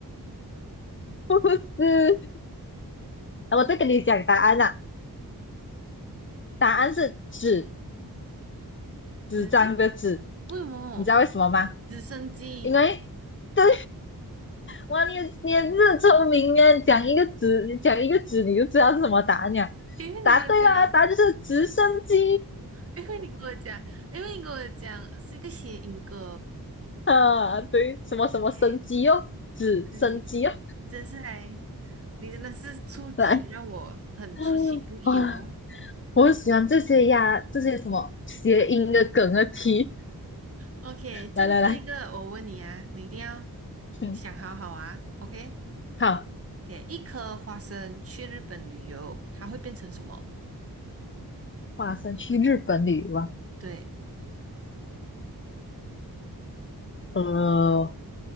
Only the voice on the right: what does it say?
子
为什么
直升机？
因为你跟我讲，
因为你跟我讲，因为你跟我讲是一个谐音梗。
OK，
对，真是还，你真的是出题让我很出其不意哦。
OK，这样这一个我问你啊，
你一定要
想好好啊。OK。
给一颗花生去日本旅游，它会变成什么？
对，